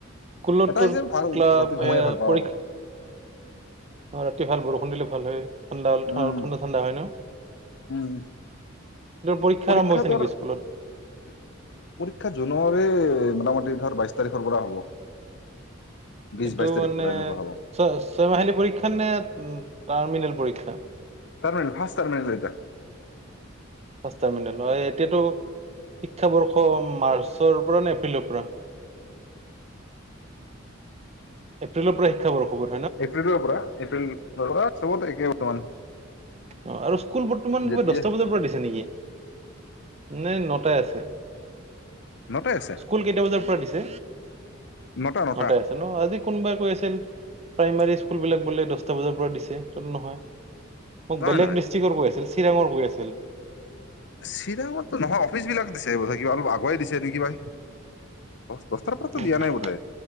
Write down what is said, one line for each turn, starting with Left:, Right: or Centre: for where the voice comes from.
Right: স্কুলত
Left: এটা
Right: টোৰ
Left: হৈছে ভাল
Right: পৰীক্ষা
Left: ৰাতি ঘুমাই ভাল পাওঁ অলপ
Right: আৰু ৰাতি বৰষুণ বৰষুণ দিলে ভাল হয় ঠাণ্ডা
Left: উম
Right: ঠাণ্ডা হয় ন
Left: উম
Right: পৰীক্ষা
Left: পৰীক্ষা
Right: হৈছে নেকি স্কুলত
Left: জুনৰে মোটামুটিধৰ বাইছ তাৰিখৰ পৰা হ'ব বিশ
Right: এইটো
Left: বাইশ তাৰিখ
Right: মানে
Left: পৰা এনেকুৱা হ'ব
Right: ছয় ছয় মাহিলী পৰীক্ষা নে উ তাৰ্মিনেল পৰীক্ষা
Left: টাৰ্মিনেল ফাষ্ট টাৰ্মিনেল এইটো
Right: ফাট টালিমেল এতিয়াতো শিক্ষাবৰ্ষ মাৰ্চৰ পৰা নে এপ্ৰিলৰ পৰা এপ্ৰিলৰ পৰা শিক্ষাবৰ্ষবৰ
Left: এপ্ৰিলৰ পৰা এপ্ৰিল পৰা চবত একেই বৰ্তমান
Right: অ আৰু স্কুল বৰ্তমান
Left: যেতিয়া
Right: দহটা বজাৰ পৰা দিছে নেকি নে নটাই আছে
Left: নটাই আছে
Right: স্কুল কেইটা বজাৰ পৰা দিছে
Left: নটা নটা
Right: নটাই আছে ন আজি কোনোবাই কৈ আছিল প্ৰাইমাৰী স্কুল বিলাক বোলে দহটা বজাৰ পৰা দিছে ত নহয় মোক
Left: নহয় নহয়
Right: দিষ্ট্ৰিকৰ কৈ আছিল চিৰাঙৰ কৈ আছিল
Left: চিৰাঙতো নহয় অফিচ বিলাক দিছে কিবা অলপ আগুৱাই দিছে নেকি বা দহটাৰ পৰাতো
Right: আছিল
Left: দিয়া নাই বোধ হয়।